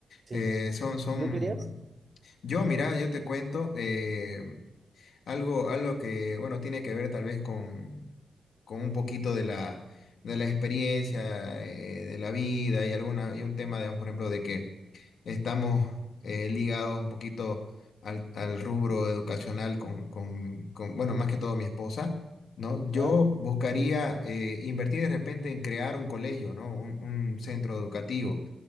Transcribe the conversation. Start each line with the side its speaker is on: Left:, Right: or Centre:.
Right: Sí.
Left: Eh, son, son
Right: ¿Y ¿Tú querías?
Left: Yo, mira, yo te cuento eh, algo, algo que, bueno, tiene que ver tal vez con, con un poquito de la, de la experiencia, eh, de la vida y, alguna, y un tema, digamos, por ejemplo, de que estamos eh, ligados un poquito al, al rubro educacional con, con, con, bueno, más que todo mi esposa, ¿no?
Right: Ya,
Left: Yo buscaría eh, invertir de repente en crear un colegio, ¿no? Un, un centro educativo